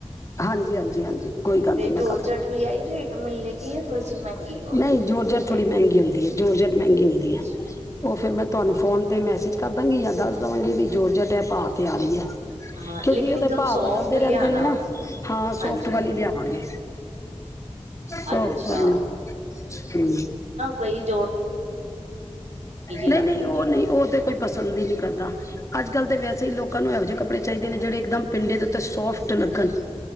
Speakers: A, on the left; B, on the right.
A: ਹਾਂਜੀ ਹਾਂਜੀ ਹਾਂਜੀ ਕੋਈ ਗੱਲ ਨੀ ਮੈਂ
B: ਜੋਰਜਟ
A: ਕਰ ਲਾ ਗੀਤ
B: ਵੀ ਇਹੀ ਰੇਟ ਮਿਲੇਗੀ ਜਾਂ ਥੋੜੀ ਸੀ ਮਹਿੰਗੀ ਔਰ
A: ੳਫਨਹੀਂ ਜੋਰਜਟ
B: ਪਈ
A: ਥੋੜ੍ਹੀ ਮਹਿੰਗੀ ਹੁੰਦੀ ਹੈ ਜੋਰਜਟ ਮਹਿੰਗੀ ਹੁੰਦੀ
B: ਅੱਛਾ-ਅੱਛਾ
A: ਹੈ ਫਿਰ ਮੈਂ ਤੁਹਾਨੂੰ ਫੋਨ ਤੇ ਮ ਠੀਕ ਕਰ ਦਾਂਗੀ ਯਾ ਦੱਸ ਦਵਾਂਗੀ ਭੀ ਜੋਰਜਟ ਏ ਪਾ ਤੇ ਆ ਰਹੀ ਹੈ
B: ਹਾਂ
A: ਕਿਉਂਕਿ
B: ਲੇਕਿਨ
A: ਉਹਦੇ
B: ਇੱਕਦਮ
A: ਭਾਅ
B: ਸੋਫਟ
A: ਬਦਲਦੇ ਰਹਿੰਦੇ
B: ਲਿਆਣਾ
A: ਨੇ ਨਾ ਹਾਂ
B: ਹਾਂਜੀ-ਹਾਂਜੀ
A: ਸੋਫਟ ਵਾਲੀ ਲਿਆਵਾਂਗੇ ਸੋਫਟ
B: ਅੱਛਾ
A: ਵਾਲਮ
B: ਬਈ <unintelligible>
A: ਨਹੀਂ
B: ਲੱਗਦੀ
A: ਨਹੀਂ ਉਹ
B: ਹੈ।
A: ਨਹੀਂ ਉਹ ਤੇ ਕੋਈ ਪਸੰਦ ਹੀ ਨਹੀਂੀ ਕਰਦਾ ਅੱਜ ਕੱਲ੍ਹ ਤਾਂ ਵੈਸੇ ਹੀ ਲੋਕ ਲੋਕ ਨੂੰ ਇਹੋ ਜਹੇ ਕੱਪੜੇ ਚਾਦੇ ਨੇ ਜਿਹੜੇ ਇੱਕਦਮ ਪਿੰਡ ਦੇੱਤੇ ਸੋਫਟ ਲੱਗਣ